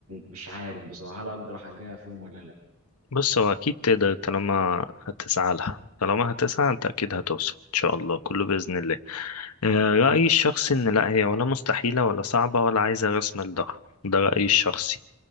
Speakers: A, on the right; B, on the left.
A: مش عارف بصراحه هل اقدر احققها في يوم ولا لا
B: بص هو أكيد تقدر طالما هتسعى لها طالما هتسعى أنت أكيد هتوصل إن شاء الله كله بإذن الله آه، رأيي الشخصي إن لا هي ولا مستحيلة ولا صعبة ولا عايزة رأس مال ضخم ده رأيي الشخصي